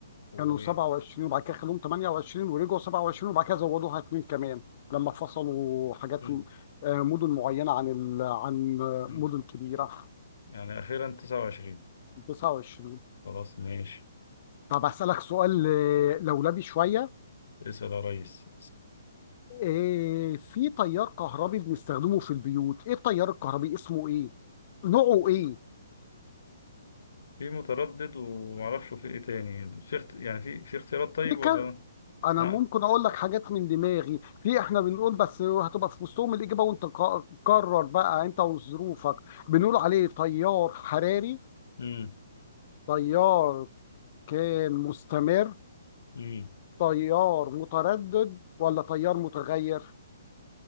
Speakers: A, on the left; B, on the left.
A: و
B: كانوا 27 وبعد كده خلوهم 28 ورجعوا 27 وبعد كده زودوها اتنين كمان لما فصلوا حاجات
A: مم،
B: آه، مدن معينة عن ال... عن آه،
A: مم.
B: مدن كبيرة
A: يعني أخيرا 29
B: 29
A: خلاص ماشي
B: طب أسألك سؤال آه، لولبي شوية
A: اسأل يا ريس
B: آه، في تيار كهربي بنستخدمه في البيوت إيه التيار الكهربي اسمه إيه نوعه إيه
A: في متردد ومعرفش في إيه تاني في اخت... يعني في في اختيارات طيب
B: فكر
A: ولا
B: أنا
A: ها؟
B: ممكن أقول لك حاجات من دماغي في إحنا بنقول بس هتبقى في وسطهم الإجابة وأنت قا- قرر بقى أنت وظروفك بنقول عليه تيار حراري
A: مم.
B: تيار كان مستمر
A: مم.
B: تيار متردد ولا تيار متغير